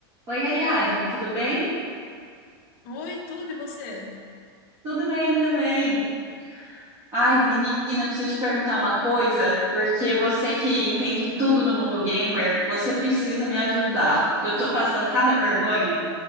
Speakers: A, on the right (about 20°); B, on the left (about 35°).
A: Oi, Ariadne, tudo bem?
B: Oi, tudo e você?
A: Tudo bem também. Ai, menina, preciso te perguntar uma coisa, porque você que entende tudo do mundo gamer, você precisa me ajudar, porque eu tô passando cada vergonha.